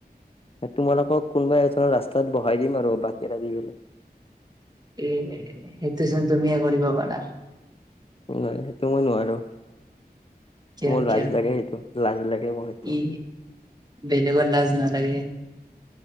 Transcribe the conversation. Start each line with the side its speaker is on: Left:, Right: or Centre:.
Left: তোমালোকক কোনোবা এজনৰ ৰাস্তাত বহাই দিম আৰু বাটি এটা দি পেলাই।
Right: এ সেইটোচোন তুমিয়ে কৰিব পাৰা।
Left: না সেইটো মই নোৱাৰো।
Right: কিয়
Left: মোৰ
Right: কিয়
Left: লাজ লাগে সেইটো লাজ লাগে মোৰ সেটো।
Right: ই বেলেগৰ লাজ নালাগে।